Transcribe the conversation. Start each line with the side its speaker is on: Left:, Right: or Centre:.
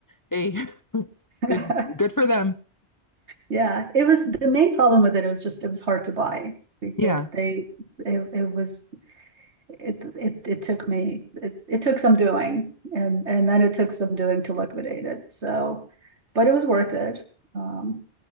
Left: hey, <laughs>
Right: it.
Left: good
Right: <laughs>
Left: good for them.
Right: Yeah, it was the main problem with it. It was just it was hard to buy because
Left: Yeah.
Right: they it, it was it, it it took me it, it took some doing and and then it took some doing to liquidate it. So, but it was worth it. Um,